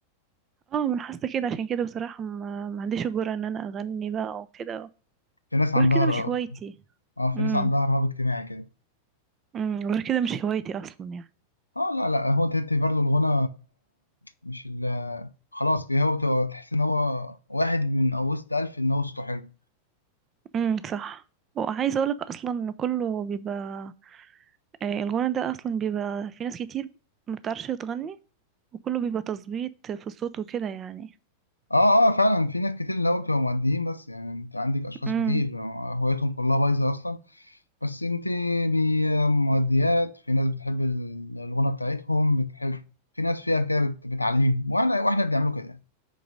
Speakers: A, on the right; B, on the left.
A: اه من حاسة كده عشان كده بصراحة ما, ما عنديش الجرأة ان انا اغني بقى وكده
B: في ناس عندها
A: غير كده
B: ر-
A: مش هوايتي
B: اه في
A: امم
B: ناس عندها رهاب اجتماعي كده
A: أمم، غير كده مش هوايتي اصلا يعني
B: اه لا لا هو تهتي برضه الغنى مش ال... خلاص كده هو بتبقى تحس ان هو واحد من وسط ألف ان هو صوته حلو
A: امم صح وعايزه اقولك اصلا ان كله بيبقى آه، الغنى ده اصلا بيبقى في ناس كتير ما بتعرفش تغني وكله بيبقى تظبيط في الصوت وكده يعني
B: اه اه فعلا في ناس كتير اللي هو بتبقى مؤديين بس يعني انت عندك اشخاص
A: امم
B: كتير هوايتهم كلها بايظه اصلا بس انت بي- مؤديات في ناس بتحب ال- الغنى بتاعتهم بتحب في ناس فيها كده بت- بتعلمهم واحنا واحنا بنعمله كده